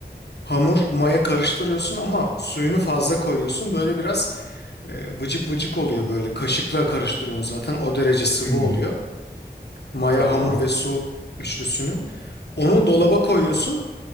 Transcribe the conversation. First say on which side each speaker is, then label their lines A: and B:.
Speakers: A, on the left; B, on the left.
A: hamur maya karıştırıyorsun ama suyunu fazla koyuyorsun. Böyle biraz eee, vıcık vıcık oluyor böyle. Kaşıkla karıştırıyorsun zaten. O derece sıvı
B: Hı hı.
A: oluyor. Maya,
B: Tamam.
A: hamur ve su üçlüsünü. Onu dolaba koyuyorsun.